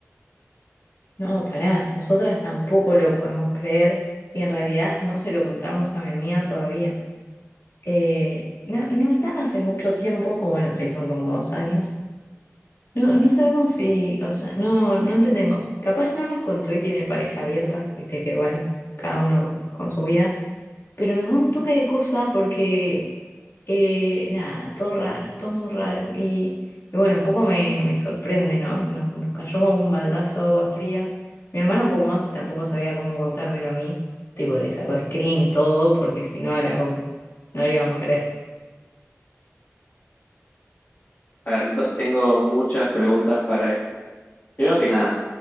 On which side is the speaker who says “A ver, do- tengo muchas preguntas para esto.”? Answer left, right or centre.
Left